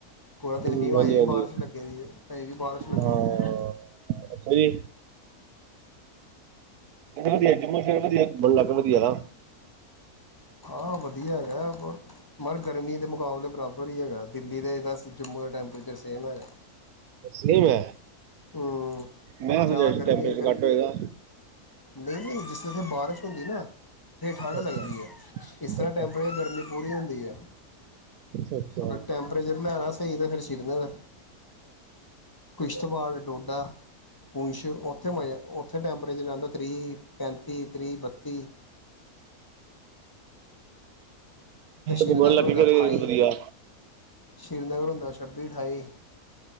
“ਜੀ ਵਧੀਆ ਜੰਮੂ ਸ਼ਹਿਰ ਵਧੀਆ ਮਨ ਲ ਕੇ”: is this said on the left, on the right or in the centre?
Right